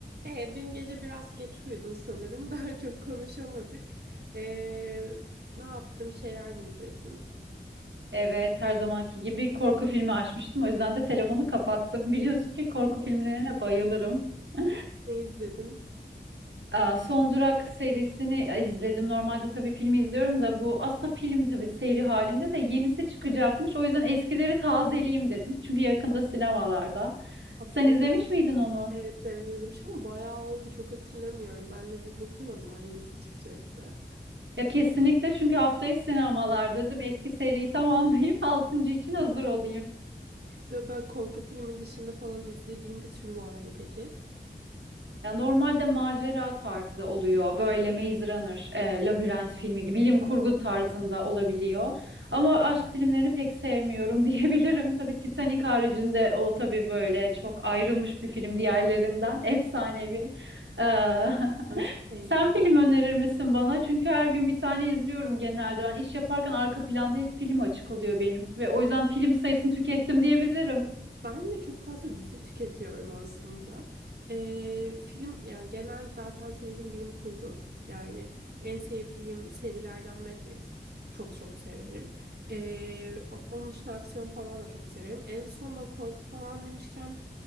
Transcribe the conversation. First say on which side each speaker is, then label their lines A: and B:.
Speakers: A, on the right (about 60°); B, on the right (about 85°).
A: E, dün gece biraz geç uyudun sanırım. <laughs> Daha çok konuşamadık. E, ne yaptın? Bir şeyler mi izledin?
B: Evet, her zamanki gibi korku filmi açmıştım. O yüzden de telefonu kapattım. <laughs> Biliyorsun ki
A: <laughs>
B: korku filmlerine bayılırım. <laughs>
A: Ne izledin?
B: Aa, Son Durak serisini e, izledim. Normalde tabii filmi izliyorum da bu aslında film tabii seri halinde de yenisi çıkacakmış. O yüzden eskileri tazeleyeyim dedim. Çünkü yakında
A: Ha,
B: sinemalarda.
A: ha,
B: Sen
A: duymadım.
B: izlemiş miydin onu?
A: Evet evet izlemişim ama bayağı oldu. Çok hatırlamıyorum. Ben de bir bakayım o zaman yenisi çıkacaksa.
B: Ya kesinlikle çünkü haftayı sinemalar dedim. Eski seriyi tamamlayayım. <laughs> Altıncı için hazır
A: <laughs>
B: olayım.
A: Ve böyle korku filmi dışında falan izlediğin bir tür var mı peki?
B: Ya normalde macera tarzı oluyor. Böyle Maze Runner, e, Labirent filmi gibi bilim kurgu tarzında olabiliyor. Ama aşk filmlerini pek sevmiyorum <laughs> diyebilirim. Tabii Titanic haricinde o tabii böyle çok ayrılmış bir film diğerlerinden. Efsanevi. Ee, <laughs>
A: Ben çok sevmiyorum.
B: sen film önerir misin bana? Çünkü her gün bir tane izliyorum genelde. Ben iş yaparken arka planda hep film açık oluyor benim. Ve o yüzden film sayısını tükettim diyebilirim.
A: Ben de çok fazla dizi tüketiyorum aslında. Ee, film yani genel zaten sevdiğim bilim kurgu. Yani en sevdiğim serilerden Matrix. Çok çok severim. Ee, o- onun dışında aksiyon falan da çok severim. En son böyle korku falan demişken